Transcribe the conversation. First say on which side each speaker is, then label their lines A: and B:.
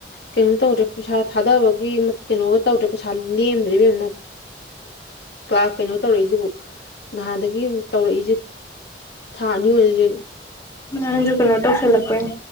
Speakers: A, on the left; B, on the left.
A: ꯀꯩꯅꯣ ꯇꯧꯗ꯭ꯔꯦ ꯄꯩꯁꯥ ꯊꯥꯗꯕꯒꯤ ꯀꯩꯅꯣꯒ ꯇꯧꯗ꯭ꯔꯦ ꯄꯩꯁꯥ ꯂꯦꯝꯗ꯭ꯔꯤꯕ ꯃꯦꯝꯅ ꯀ꯭ꯂ ꯀꯩꯅꯣ ꯇꯧꯔꯛꯏꯁꯤꯕꯨ ꯅꯍꯥꯟꯗꯒꯤ ꯇꯧꯔꯛꯏꯁꯦ ꯊꯥ ꯑꯅꯤ ꯑꯣꯏꯁꯦ
B: ꯅꯣꯖꯨ ꯀꯩꯅꯣꯇꯧ ꯁꯜꯂꯛꯄꯩꯅꯤ